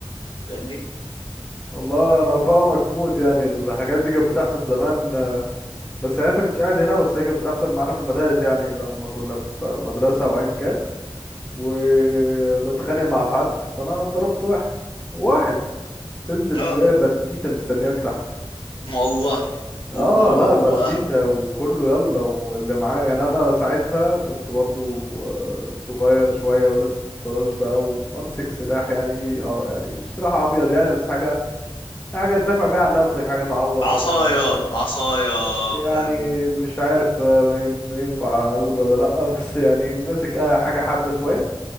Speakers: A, on the left; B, on the left.
A: فاهمني
B: والله انا فاهمك موت يعني الحاجات دي كانت بتحصل زمان آه، بس يعني انت كنتش قاعد هنا بس هي كانت بتحصل معانا في المدارس يعني لما كنا في مدرسة او ايا كان وبتخانق مع حد فانا ضربت واحد واحد تنزل
A: اه
B: تلاقي برتيتة مستنياك تحت
A: ما والله
B: اه
A: وم-
B: لا بارتيتا
A: و...
B: وكله يلا واللي معاه يعني انا ساعتها كنت برضو آه، صغير شوية ولسه في الطاج بقى وبمسك سلاح يعني اه يعني مش سلاح ابيض يعني بس حاجة حاجة تدافع بيها عن نفسك حاجة تعور
A: عصايا
B: برضو اللي قدامك
A: عصايا
B: يعني
A: فاهم
B: مش عارف آه، ما ين- ما ينفع اقول ولا لا <laughs> بس يعني ماسك آه حاجة حادة شوية